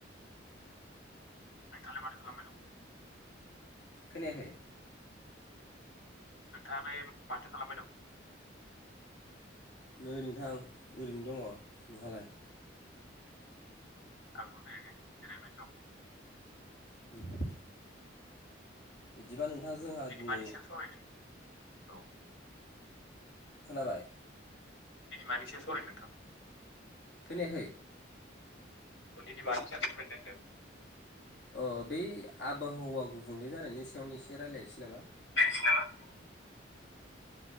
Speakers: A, on the left; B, on the left.
A: नोंथाङालाय माथो खालामबायदों।
B: खोनायाखै।
A: नोंथाङालाय माथो खालामबाय दं।
B: नै नोंथां ओरैनो दङ नोंहालाय
A: आंबो ओरैनो जिरायबाय दं
B: उम। बिदिबा नोंथाङा जोंहा दिनै।
A: मानि सायाव सावरायनो औ
B: खोनाबाय।
A: दिनै मानि सायाव सावरायनो नोंथां।
B: खोनायाखै।
A: दिनै मानि सयाव सावरायनो होन्दों
B: अ बै आबहावा गुबुंले जानायनि सायावनो एसे रायज्लायनोसै नामा
A: बिनोसै नामा